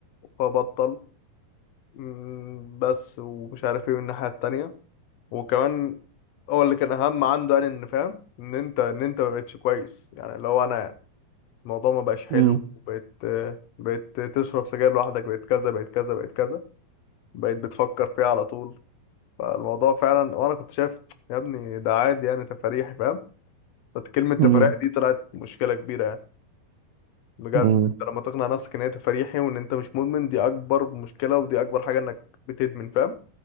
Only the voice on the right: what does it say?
امم
امم
امم